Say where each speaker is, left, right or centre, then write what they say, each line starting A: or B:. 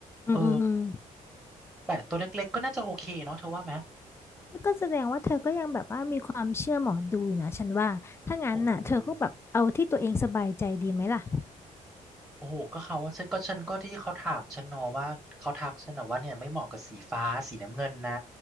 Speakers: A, on the left; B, in the centre.
A: อืมอืมอืม
B: เออแปะตัวเล็กๆก็น่าจะโอเคเนาะเธอว่าไหม
A: นี่ก็แสดงว่าเธอก็ยังแบบว่ามีความเชื่อหมอดูอยู่นะฉันว่าถ้างั้นน่ะเธอก็แบบเอาที่ตัวเองสบายใจดีไหมล่ะ
B: โอ้ยโอ้โหก็เขาว่าฉันก็ฉันก็ที่เขาถามฉันเนอะว่าเขาทักฉันนะว่าเนี่ยไม่เหมาะกับสีฟ้าสีน้ำเงินนะ